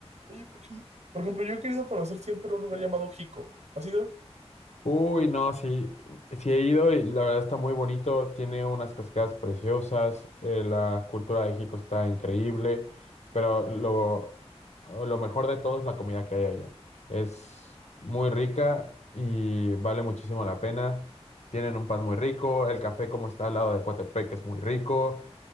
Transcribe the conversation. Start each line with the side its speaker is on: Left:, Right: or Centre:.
Right: Oye, por ejemplo, por ejemplo, yo he querido conocer siempre un lugar llamado Jico. ¿Has ido?
Left: Uy, no, sí, sí he ido y la verdad está muy bonito, tiene unas cascadas preciosas, eh, la cultura de México está increíble, pero lo, lo mejor de todo es la comida que hay allá. Es muy rica y vale muchísimo la pena. Tienen un pan muy rico, el café como está al lado de Coatepec es muy rico,